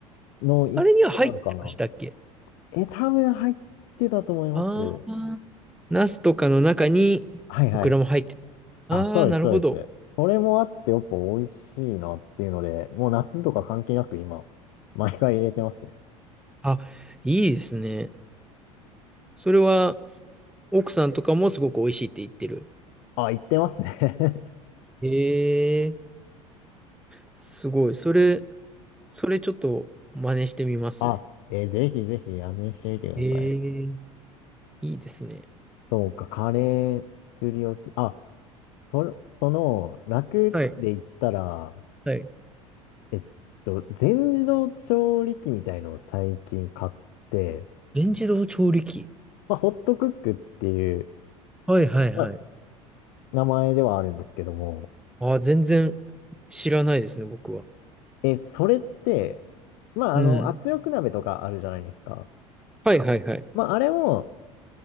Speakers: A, on the left; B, in the centre.
A: ーの一個なんかな。
B: あれには入ってましたっけ
A: え、多分入ってたと思います。
B: ああ、ナスとかの中にオクラも入ってた。
A: はいはい。
B: ああ、
A: あ、そうです、
B: なるほど。
A: そうです。それもあってやっぱ美味しいなっていうので、もう夏とか関係なく今、毎回入れてますね。
B: あ、いいですね。それは奥さんとかもすごく美味しいって言ってる。
A: あ、行ってますね <laughs>
B: ええ、すごい。それ、それちょっと真似してみます。
A: あ、えーぜひぜひ味見してみてください。
B: ええ、いいですね。
A: そうか、カレー作り置き。あ、それ、その、楽で言ったら、
B: はい、はい。
A: えっと、全自動調理器みたいのを最近買って、
B: 全自動調理器。
A: まあ、ホットクックっていう、
B: はいはいはい。
A: まあ、名前ではあるんですけども、
B: ああ、全然知らないですね、僕は。
A: え、それって、まあ、
B: うん。
A: あの、圧力鍋とかあるじゃないですか。
B: はいはいはい。
A: まあ、あれも、